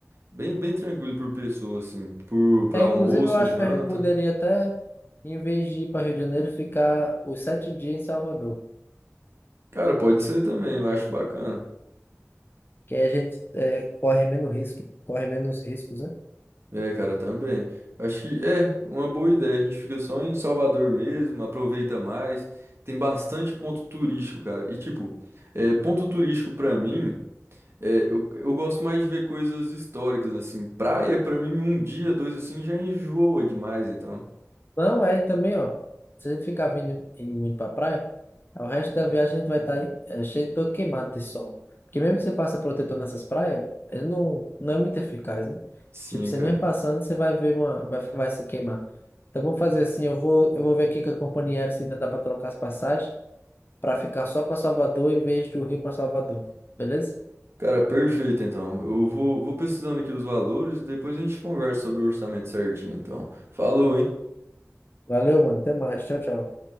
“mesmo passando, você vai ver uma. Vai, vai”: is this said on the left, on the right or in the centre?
Left